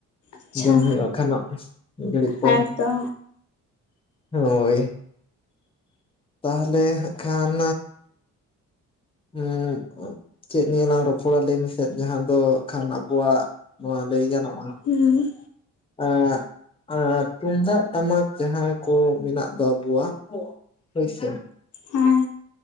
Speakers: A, on the left; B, on the left.
A: ᱟᱪᱪᱷᱟ
B: ᱡᱚᱢ ᱦᱩᱭᱩᱜ-ᱟ ᱦᱟᱸᱜ ᱠᱷᱟᱱᱚᱜ ᱢᱤᱫ ᱜᱷᱟᱲᱤᱜ ᱯᱚᱨ
A: ᱦᱮᱸᱛᱚ
B: ᱦᱳᱭ ᱛᱟᱦᱞᱮ ᱦᱟᱸᱜ ᱠᱷᱟᱱ ᱦᱩᱸ ᱪᱮᱫ ᱱᱤᱭᱟᱹ ᱞᱟᱝ ᱨᱚᱯᱚᱲᱟ ᱞᱟᱹᱭ ᱢᱮᱥᱮ ᱡᱟᱦᱟᱸ ᱫᱚ ᱠᱷᱟᱱ ᱟᱵᱚᱣᱟᱜ ᱱᱚᱣᱟ ᱞᱟᱹᱭ ᱜᱟᱱᱚᱜ-ᱟ
A: ᱦᱩᱸ
B: ᱟᱸᱜ ᱟᱸ ᱛᱩᱢᱫᱟᱜ ᱴᱟᱢᱟᱠ ᱡᱟᱦᱟᱸ ᱠᱚ ᱢᱮᱱᱟᱜ ᱫᱚ ᱟᱵᱚᱣᱟᱜ ᱦᱳᱭ ᱥᱮ
A: ᱦᱮᱸ